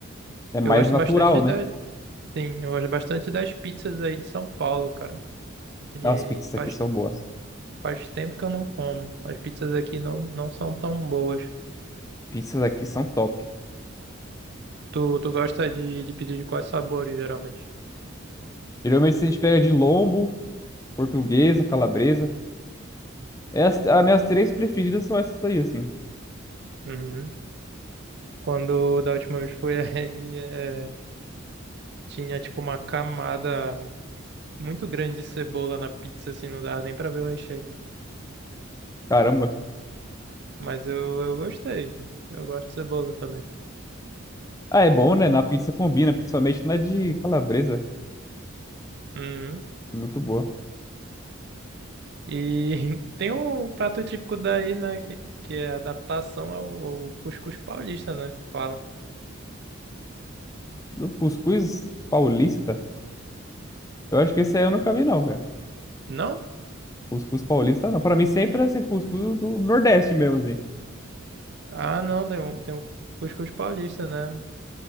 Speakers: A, on the left; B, on the right.
A: É mais
B: Eu gosto
A: natural,
B: bastante
A: né?
B: da, sim, eu gosto bastante das pizzas aí de São Paulo, cara. E
A: Ah, As pizzas aqui
B: faz,
A: são boas.
B: faz tempo que eu não como. As pizzas aqui não, não são tão boas.
A: Pizzas aqui são top.
B: Tu, tu gosta de, de pedir de quais sabores, geralmente?
A: Geralmente a gente pega de lombo, portuguesa, calabresa. É as, as minhas três preferidas são essas aí, assim.
B: Uhum. Quando da última vez foi <laughs> aí, é, tinha tipo uma camada muito grande de cebola na pizza, assim, não dava nem pra ver o recheio.
A: Caramba.
B: Mas eu, eu gostei. Eu gosto de cebola também.
A: Ah, é bom, né? Na pizza combina, principalmente na de calabresa.
B: Uhum.
A: Muito boa.
B: E <laughs> tem um prato típico daí, né? Que, que é adaptação ao, ao cuscuz paulista, né? Falam.
A: O cuscuz paulista, eu acho que esse aí eu nunca vi, não, cara.
B: Não?
A: Cuscuz paulista, não. Pra mim sempre era esse cuscuz do Nordeste mesmo, assim.
B: Ah, não, tem, um- tem o cuscuz paulista, né?